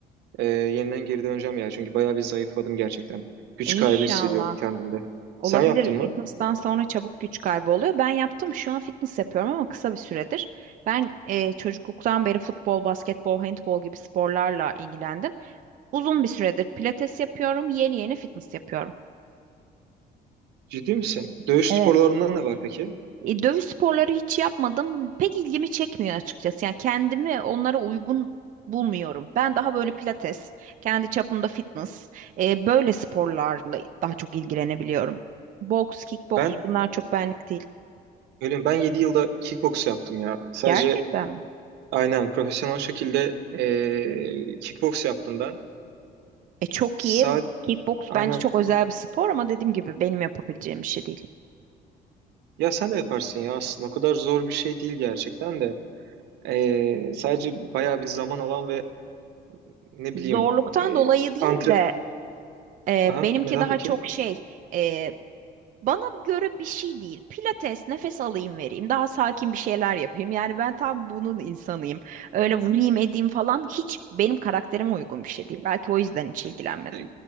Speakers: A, on the right (about 80°); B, on the right (about 50°).
A: e, yeniden geri döneceğim ya. Çünkü bayağı bir zayıfladım gerçekten. Güç
B: İnşallah.
A: kaybı hissediyorum kendimde.
B: Olabilir.
A: Sen yaptın mı?
B: Fitness'tan sonra çabuk güç kaybı oluyor. Ben yaptım. Şu an fitness yapıyorum ama kısa bir süredir. Ben e, çocukluktan beri futbol, basketbol, handbol gibi sporlarla ilgilendim. Uzun bir süredir pilates yapıyorum. Yeni yeni fitness yapıyorum.
A: Ciddi misin? Dövüş
B: Evet.
A: sporlarından ne var peki?
B: E, dövüş sporları hiç yapmadım. Pek ilgimi çekmiyor açıkçası. Yani kendimi onlara uygun bulmuyorum. Ben daha böyle pilates, kendi çapımda fitness, e, böyle sporlarla daha çok ilgilenebiliyorum. Boks, kickboks
A: Ben
B: bunlar çok benlik değil.
A: Öyle mi? Ben 7 yılda kickboks yaptım ya. Sadece
B: Gerçekten mi?
A: aynen profesyonel şekilde eee kickboks yaptım ben.
B: E, çok iyi.
A: Sa
B: Kickboks bence
A: aynen
B: çok özel bir spor ama dediğim gibi benim yapabileceğim bir şey değil.
A: ya sen de yaparsın ya aslında. O kadar zor bir şey değil gerçekten de. Eee, sadece bayağı bir zaman alan ve ne
B: Zorluktan
A: bileyim eee
B: dolayı değil
A: antre...
B: de e,
A: Aha
B: benimki
A: neden
B: daha
A: peki?
B: çok şey, e, Bana göre bir şey değil. Pilates, nefes alayım vereyim, daha sakin bir şeyler yapayım. Yani ben tam bunun insanıyım. Öyle vurayım edeyim falan hiç benim karakterime uygun bir şey değil. Belki o yüzden hiç ilgilenmedim.
A: E,